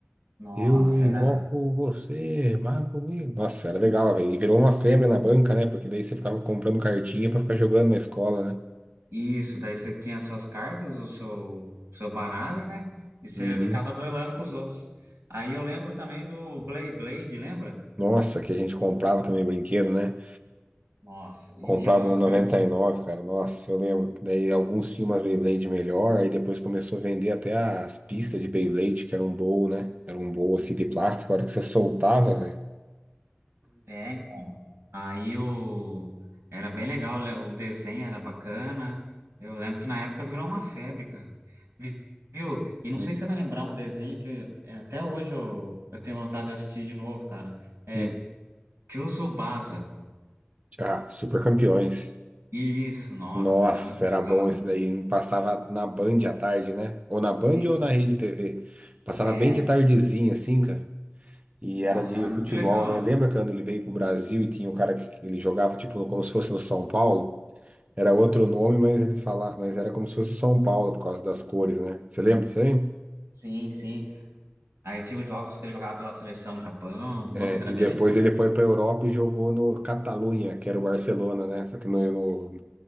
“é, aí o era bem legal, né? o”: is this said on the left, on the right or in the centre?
Right